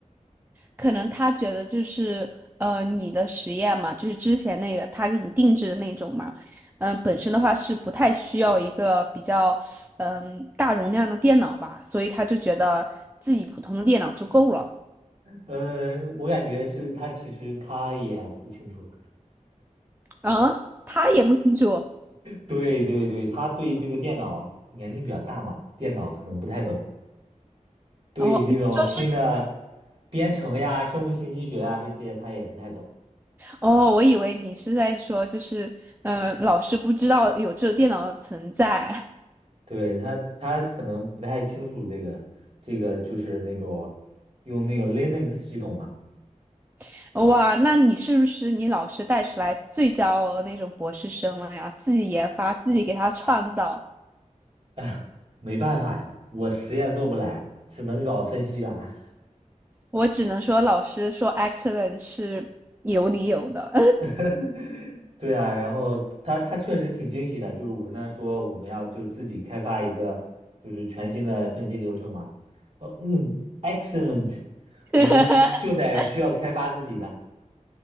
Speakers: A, on the right; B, on the right.
A: 可能他觉得就是呃你的实验嘛，就是之前那个他给你定制的那种嘛，嗯、呃本身的话是不太需要一个比较嗯、呃大容量的电脑吧，所以他就觉得自己普通的电脑就够了。
B: 嗯，我感觉是他其实他也不清楚。
A: 啊，他也不清楚。
B: 对对对，他对这个电脑年龄比较大嘛，电脑可能不太懂。对这种新的
A: 哦，你说是
B: 编程呀、生物信息学呀这些，他也不太懂。
A: 哦，我以为你是在说，就是，嗯，老师不知道有这个电脑的存在。
B: 对他，他可能不太清楚这个这个就是那种用那个 Linux 系统嘛。
A: <laughs> 哇，那你是不是你老师带出来最骄傲的那种博士生了呀？自己研发，自己给他创造。
B: 哎，没办法呀，我实验做不来，只能搞分析啦。
A: 我只能说，老师说 excellent 是有理由的。
B: <laughs> 对啊，然后他他确实挺惊喜的，就是我跟他说我们要就自己开发一个就是全新的分析流程嘛。哦，嗯，excellent，我们就得需要开发自己的。
A: <laughs>